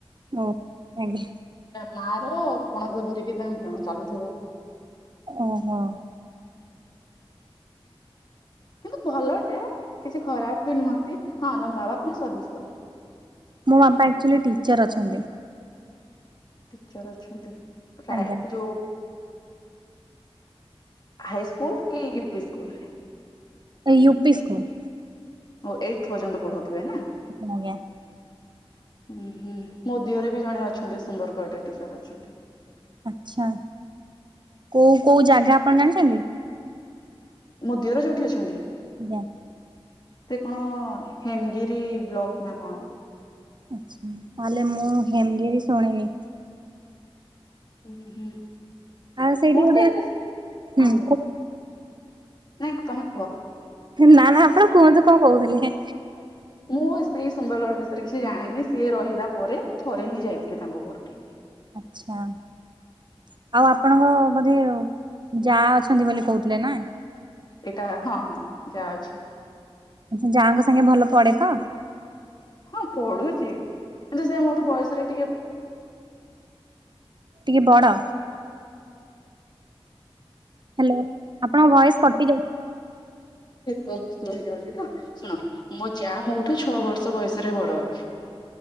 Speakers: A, on the right; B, on the left.
A: ଓ ଆଜ୍ଞା
B: ନାଁ ର କଣ ତ ଧରିକି ତ ଚାଲୁଥିବ
A: ଓହୋ
B: କିନ୍ତୁ ଭଲଟେ କିଛି ଖରାପ ବି ନୁହନ୍ତି ହଁ ତମ ବାବା କଣ ସର୍ଭିସ କରନ୍ତି?
A: ମୋ ବାପା ଆଚ୍ୟୁଲି ଟିଚର ଅଛନ୍ତି
B: ଟିଚର ଅଛନ୍ତି ପ୍ରାୟ
A: ଆଜ୍ଞା
B: ଯୋଉ ହାଇ ସ୍କୁଲ କି ୟୁପି ସ୍କୁଲ ରେ?
A: ୟୁ ପି ସ୍କୁଲ
B: ଓ ଏଇଟଥ ପର୍ଯ୍ୟନ୍ତ ପଢଉଥିବେ ନା
A: ଆଜ୍ଞା
B: ଉହୁଁ ମୋ ଦିଅର ବି ଜଣେ ଅଛନ୍ତି ସୁନ୍ଦରଗଡ଼ରେ ଟିଚର ଅଛନ୍ତି
A: ଆଛା କୋଉ କୋଉ ଜାଗା ଆପଣ ଜାଣିଛନ୍ତି?
B: ମୋ ଦିଅର ଯୋଉଠି ଅଛନ୍ତି?
A: ଆଜ୍ଞା
B: ସେ କଣ ହେମଗିରି ବ୍ଲକ ନା କଣ
A: ଆଛା ତାହେଲେ ମୁଁ ହେମଗିରି ଶୁଣିନି।
B: ହ ହୁଁ
A: ଆଉ ସେଇଠି
B: ମୋର
A: ଗୋଟେ
B: ତ ଏତେ
A: ହୁଁ
B: ହଁ କୁହ
A: କୋ
B: <unintelligible> ନାଇଁ ତମେ କୁହ।
A: ନା ନା ଆପଣ କୁହନ୍ତୁ କଣ କହୁଥିଲେ।
B: ମୁଁ ସେଇ ସୁନ୍ଦରଗଡ଼ ବିଷୟରେ କିଛି ଜାଣିନି ସିଏ ରହିଲା ପରେ ମୁଁ ଥରେ ହିଁ ଯାଇଥିଲି ତାଙ୍କ ଘର ଠିକି
A: ଆଚ୍ଛା। ଆଉ ଆପଣଙ୍କ ବୋଧେ ଯା ଅଛନ୍ତି ବୋଲି କହୁଥିଲେ ନା
B: ଏଇଟା ହଁ ହଁ ଯା ଅଛି
A: ଆଛା ଯାଙ୍କ ସାଙ୍ଗେ ଭଲ ପଡେ ତ
B: ହଁ ପଢୁଛି କିନ୍ତୁ ସେ ମୋଠୁ ବୟସରେ ଟିକେ
A: ଟିକେ ବଡ ହ୍ୟାଲୋ ଆପଣଙ୍କ ଭଏସ କଟି ଯାଉଛି।
B: ଭ ସୁ ହେଇଯାଉଛି ତ ଶୁଣ ମୋ ଯାହା ମ <unintelligible> ଠୁ ଛଅ ବର୍ଷ ବୟସରେ ବଡ ଅଛି।